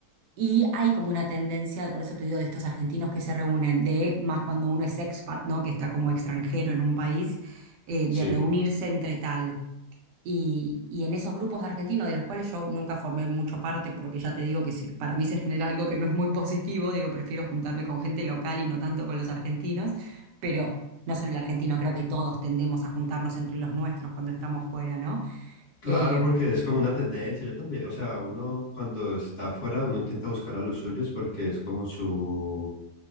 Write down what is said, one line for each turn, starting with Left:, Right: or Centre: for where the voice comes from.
Right: Y hay como una tendencia, por eso te digo, de estos argentinos que se reúnen, de más cuando uno es expat, ¿no? Que está como extranjero en un país, eh,
Left: Sí,
Right: de reunirse entre tal. Y, y en esos grupos de argentinos, de los cuales yo nunca formé mucho parte, porque ya te digo que sí, para mí se genera algo que no es muy positivo, digo, prefiero juntarme con gente local y no tanto con los argentinos, pero no solo el argentino, creo que todos tendemos a juntarnos entre los nuestros cuando estamos fuera, ¿no?
Left: Claro,
Right: Em,
Left: porque es como una tendencia, yo también, o sea, uno cuando está afuera, uno intenta buscar a los suyos porque es como su,